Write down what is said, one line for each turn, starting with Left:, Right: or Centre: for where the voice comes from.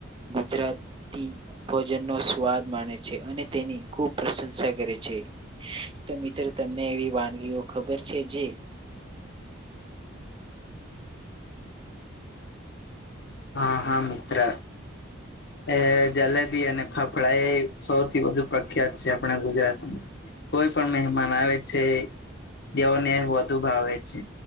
Right: ગુજરાતી ભોજનનો સ્વાદ માને છે, અને તેની ખુબ પ્રશંસા કરે છે, તો મિત્રો તમને એવી વાનગીઓ ખબર છે? જે
Left: હા હા મિત્ર એ જલેબી અને ફફડા એ સૌથી વધુ પ્રખ્યાત છે, આપણા ગુજરાતમાં કોઈ પણ મહેમાન આવે છે, દેવોને વધુ ભાવે છે.